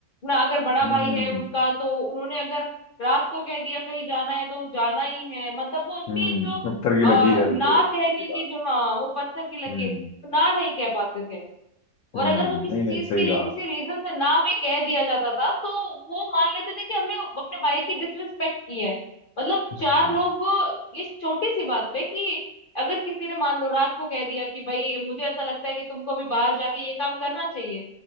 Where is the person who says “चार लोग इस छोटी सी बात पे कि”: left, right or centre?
Left